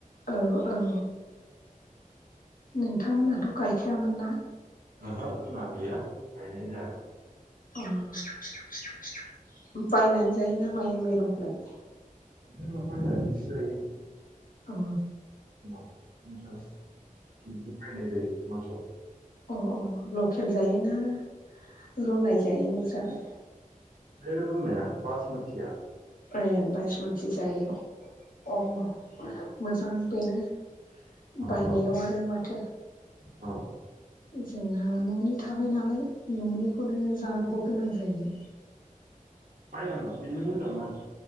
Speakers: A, on the left; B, on the right.
A: औ औ नोंथांमोनहाथ' गायखायामोन ना
B: ओहो जोंना गैया गायनाय जाया।
A: उम उम बायनानै जायोना माइ माइरंखौलाय
B: जोङो बायनानैसो जायो
A: ओ
B: समाव फ'नसास केजि बिदिनो बायनाय जायो मासआव
A: अ अ लकेल जायो ना हो रुनाय जायो नोंस्रालाय
B: बे रुनाया बासमतिआ
A: ए बायसमुथि जायो ओ मोजां बेनो उम
B: औ
A: बायनायाव
B: औ
A: आरो माथो
B: औ
A: जोंहा न'नि थाबाय नालाय न'निखौनो जानांगौ गोनां जायो
B: बायनांआ बेनो मोजां ना